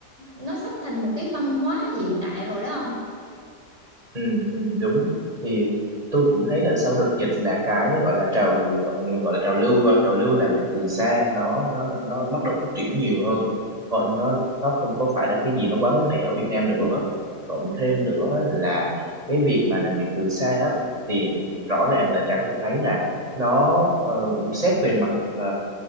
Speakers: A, on the right; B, on the right.
A: nó sắp thành một cái văn hóa hiện đại rồi đó không
B: Ừ, ừ, đúng thì tôi cũng thấy là sau đợt dịch là cái gọi là trào gọi, gọi là trào lưu à, trào lưu làm việc từ xa nó nó nó bắt đầu phát triển nhiều hơn còn nó nó không có phải là cái gì nó quá mới mẻ ở Việt Nam nữa cộng thêm nữa là cái việc mà làm việc từ xa á, thì rõ ràng là Trà có thể thấy là nó ờ, xét về mặt ờ,